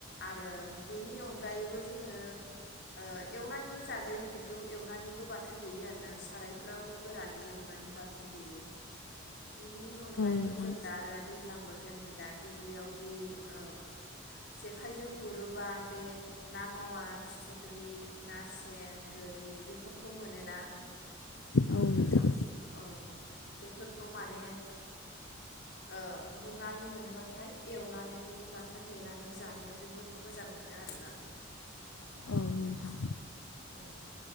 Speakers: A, on the left; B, on the left.
A: आरो बिनि अनगायैबो जोङो ओ एवना नानैबो जाजायो बेखौ एवनानैबो बाथोन देयो आरो ना सारायफोराव गोरानै एवनानै बाथोन देयो। बिनि अनगायैथ'
B: नोंथां
A: जों दा आरो दैज्लां बोथ थोन नै दा दुब्लियावदि ओ जेखाइजों गुरोबा बे ना मावा फिथिख्रि ना सें गोरि बेफोरखौ मोनो ना।
B: औ नोंथां
A: औ बेफोरखौ माने ओ गुरनानै मोनोबाथाय एवनानै बाथोन देनानै जानो जोबोद मोजां मोनो आरोना।
B: औ नोंथां
A: उम